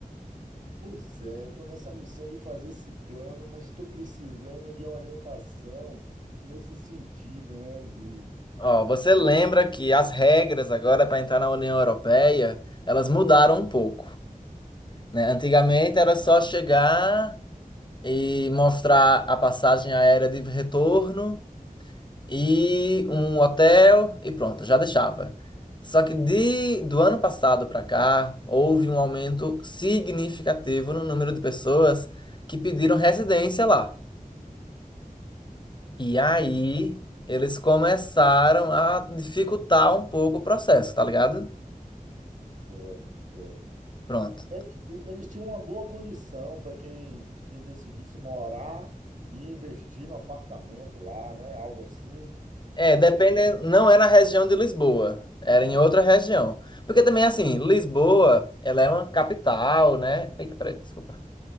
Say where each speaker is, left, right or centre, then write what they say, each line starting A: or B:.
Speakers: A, on the right; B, on the left.
A: Pois é, estou nessa missão de fazer esse plano, mas estou precisando de uma orientação nesse sentido, né? De,
B: Ó, você
A: de...
B: lembra que as regras agora para entrar na União Europeia, elas mudaram um pouco, né? Antigamente era só chegar e mostrar a passagem aérea de retorno e um hotel e pronto, já deixava. Só que de, do ano passado para cá, houve um aumento significativo no número de pessoas que pediram residência lá. E aí, eles começaram a dificultar um pouco o processo, tá ligado?
A: Tô, tô.
B: Pronto.
A: É que Eles tinham uma boa condição para quem, quem decidisse morar e investir num apartamento lá, né? Algo assim.
B: É,
A: Eles
B: depende,
A: tinham
B: não é na região de Lisboa, era em outra região. Porque também, assim, Lisboa, ela é uma capital, né? Eita, peraí, desculpa.